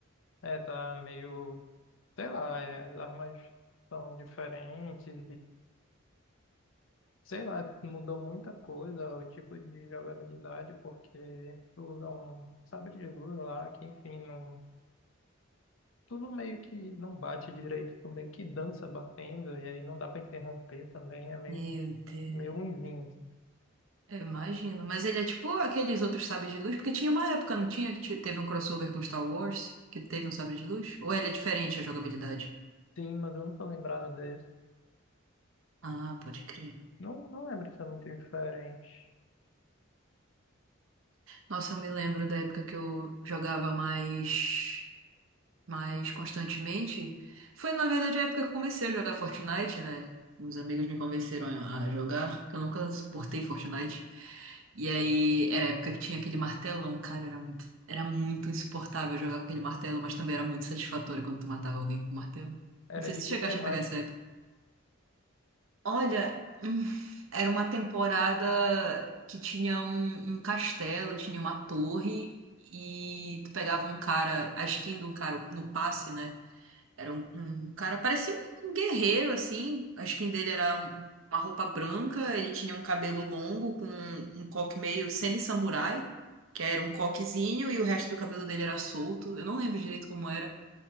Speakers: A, on the left; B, on the right.
A: É, tá meio, sei lá, é, as armas são diferentes Sei lá, mudou muita coisa, o tipo de jogabilidade, porque tu usa um sabre de luz lá, que enfim, não, tu não meio que não bate direito, tu meio que dança batendo, e aí não dá pra interromper também, é meio,
B: Meu Deus.
A: meio ruimzinho, assim.
B: Eu imagino. Mas ele é tipo aqueles outros sabres de luz, porque tinha uma época, não tinha, que ti- teve um crossover com Star Wars, que teve um sabre de luz? Ou ele é diferente a jogabilidade?
A: Sim, mas eu não tô lembrado desse.
B: Ah, pode crer.
A: Não, não lembro se é muito diferente.
B: Nossa, eu me lembro da época que eu jogava mais. mais constantemente. Foi, na verdade, a época que eu comecei a jogar Fortnite, né? Uns amigos me convenceram a a jogar, que eu nunca suportei Fortnite. E aí, era a época que tinha aquele martelão, cara, era muito, era muito insuportável jogar com aquele martelo, mas também era muito satisfatório quando tu matava alguém com martelo.
A: Era
B: Não sei
A: de
B: se tu
A: que
B: chegaste
A: temática?
B: a pegar essa época. Olha, hum, era uma temporada que tinha um, um castelo, tinha uma torre, e tu pegava um cara, a skin de um cara no passe, né? Era um, um cara, parecia um, um guerreiro, assim. A skin dele era um- uma roupa branca, ele tinha um cabelo longo com um, um coque meio semi-samurai, que era um coquezinho, e o resto do cabelo dele era solto. Eu não lembro direito como era,